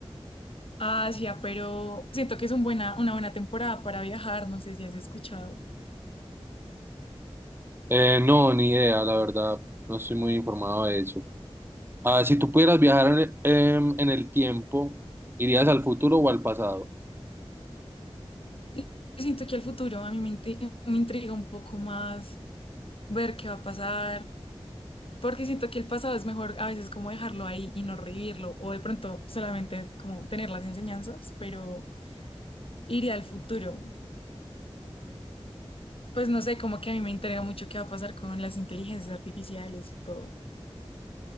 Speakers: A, on the left; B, on the right.
A: a Asia, pero siento que es un buena, una buena temporada para viajar, no sé si has escuchado.
B: Eh, no, ni idea, la verdad, no estoy muy informado de eso. Ah, si tú pudieras viajar en el em, en el tiempo, ¿irías al futuro o al pasado?
A: Yo siento que al futuro a mí me, inti- me intriga un poco más ver qué va a pasar, porque siento que el pasado es mejor a veces como dejarlo ahí y no revivirlo, o de pronto solamente como tener las enseñanzas, pero iría al futuro. Pues no sé, como que a mí me intriga mucho qué va a pasar con las inteligencias artificiales y todo.